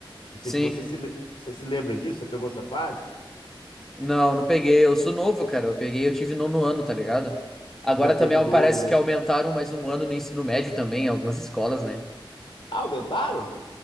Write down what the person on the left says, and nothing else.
Não sei
se você se, le- você se lembra disso, você pegou essa fase?
Já teve
nono,
né?
Ah, aumentaram?